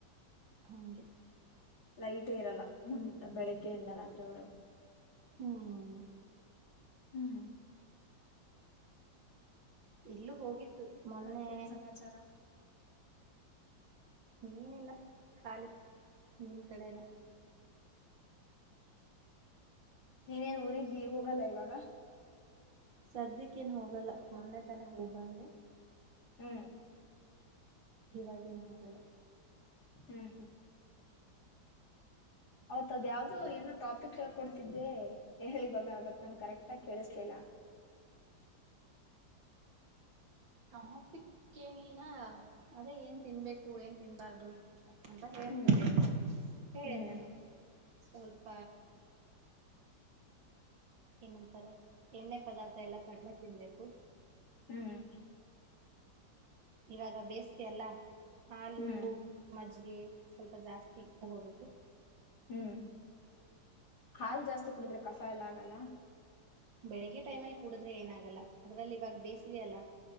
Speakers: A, on the right (about 80°); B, on the left (about 80°).
A: <inaudible>
B: ಲೈಟೇ ಇರಲ್ಲ ಮುನ್ ಬೆಳಗ್ಗೆಯಿಂದ ರಾತ್ರಿವರೆಗೂ
A: ಹ್ಮ್
B: ಹ್ಮ್
A: ಇಲ್ಲೂ ಹೋಗಿತ್ತು ಮೊನ್ನೆ
B: ಮತ್ತೇನ್ ಸಮಾಚಾರ
A: ಏನಿಲ್ಲ ಖಾಲಿ ನಿಮ್ಮ ಕಡೆನೆ
B: ನೀನೇನ್ ಊರಿಗೆ ಹೋಗಲ್ಲ ಇವಾಗ
A: ಸದ್ಯಕ್ಕ ಏನ್ ಹೋಗಲ್ಲ ಮೊನ್ನೆ ತಾನೆ ಹೋಗ್ಬಂದೆ
B: ಹ್ಮ್
A: ಇವಾಗೇನ್ ಹಾಗಲ್ಲ
B: ಹ್ಮ್ ಹ್ಮ್ ಅವೌತ್ ಅದ ಯಾವ್ದೋ ಏನೋ ಟಾಪಿಕ್ ಹೇಳ್ಕೊಡ್ತಿದ್ದೆ ಹೇಳಿ ಬಗ ಅವತ್ ನಂಗೆ ಕರೆಕ್ಟ್ಗ ಕೇಳಿಸ್ಲಿಲ್ಲ
A: ಟಾಪಿಕ್ ಏನಿಲ್ಲ ಅದೇ ಏನ್ ತಿನ್ಬೇಕು ಏನ್ ತಿನ್ಬಾರ್ದು ಅಂತ ಹೇಳ್ತಿದ್ದೆ
B: ಹ್ಮ್
A: ಹೇಳಿದ್ನಲ್ಲ
B: ಹ್ಮ್
A: ಸ್ವಲ್ಪ ಏನಂತಾರೆ ಎಣ್ಣೆ ಪದಾರ್ಥ ಎಲ್ಲ ಕಡಿಮೆ ತಿನ್ಬೇಕು
B: ಹ್ಮ್
A: ಇವಾಗ ಬೇಸಿಗೆ ಅಲ್ಲ ಆಲೂ
B: ಹ್ಮ್
A: ಮ <unintelligible> ಗೆ ಸ್ವಲ್ಪ ಜಾಸ್ತಿ ತಗೋಬೇಕು
B: ಹ್ಮ್ ಹಾಲ್ ಜಾಸ್ತಿ ಕುಡಿದ್ರೆ ಕಫ ಎಲ್ಲ ಆಗಲ್ಲ
A: ಬೆಳಿಗ್ಗೆ ಟೈಮಲ್ಲಿ ಕುಡಿದ್ರೆ ಏನಾಗಲ್ಲ ಅದ್ರಲ್ಲಿ ಇವಾಗ ಬೇಸಿಗೆ ಅಲ್ಲ